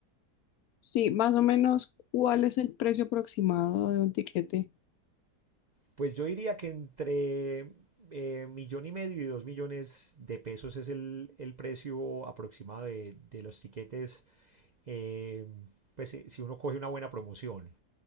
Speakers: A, on the left; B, on the right.
A: Sí, más o menos, ¿cuál es el precio aproximado de un tiquete?
B: Pues yo diría que entre eh, millón y medio y dos millones de pesos es el, el precio aproximado de, de los tiquetes, eh, pues eh, si uno coge una buena promoción.